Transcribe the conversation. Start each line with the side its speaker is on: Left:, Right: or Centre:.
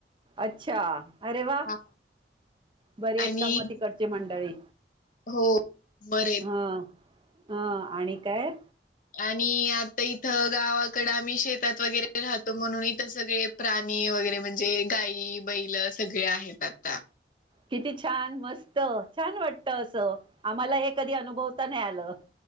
Right: अच्छा! अरे वा.
Left: हा.
Right: बरे आहेत
Left: आणि
Right: का म तिकडचे मंडळी?
Left: हो बरेत.
Right: हा. हा आणि काय?
Left: आणि आता इथं गावाकडे आम्ही शेतात वगैरे राहतो म्हणून इथं सगळे प्राणी वगैरे म्हणजे गायी बैलं सगळे आहेत आता.
Right: किती छान मस्त छान वाटतं असं, आम्हाला हे कधी अनुभवता नाही आलं.